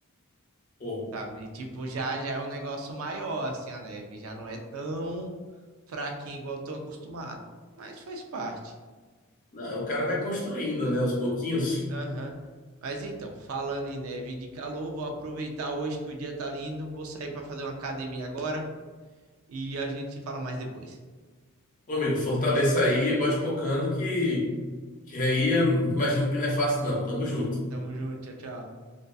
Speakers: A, on the left; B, on the right.
A: pô.
B: sabe? Tipo, já, já é um negócio maior, assim, a neve. Já não é tão fraquinho igual eu tô acostumado. Mas faz parte.
A: Não, o cara vai construindo, né? Aos pouquinhos.
B: Aham. Mas então, falando em neve e de calor, vou aproveitar hoje que o dia tá lindo, vou sair para fazer uma academia agora e a gente se fala mais depois.
A: Meu amigo, fortaleça aí, bote pocando que, que aí eu imagino que não é fácil não. Tamo junto.
B: Tamo junto, tchau, tchau.